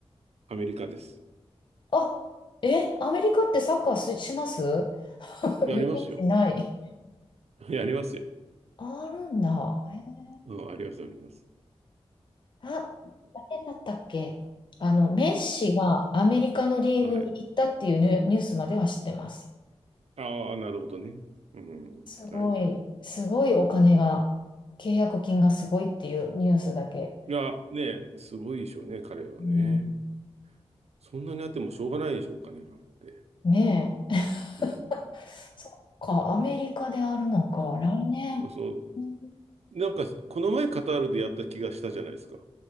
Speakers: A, on the right; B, on the left.
A: アメリカです。
B: あ、え、アメリカってサッカーし、します <laughs>
A: やりますよ。
B: イメージない。
A: <laughs> やりますよ。
B: あるんだ。え
A: うん、あります、あります。
B: あ、誰だったっけあの、メッシがアメリカのリーグに行ったっていうニュニュースまでは知ってます。
A: <laughs> はい。ああ、なるほどね。うん。
B: すごい、
A: はいはい。
B: すごいお金が、契約金がすごいっていうニュースだけ。
A: いや、ね、すごいでしょうね、彼はね。
B: うん。
A: そんなにあってもしょうがないでしょう、お金があって。
B: ねえ。
A: うん。
B: <laughs> そっか、アメリカであるのか、来年。
A: そう、
B: うん
A: なんか、この前カタールでやった気がしたじゃないですか。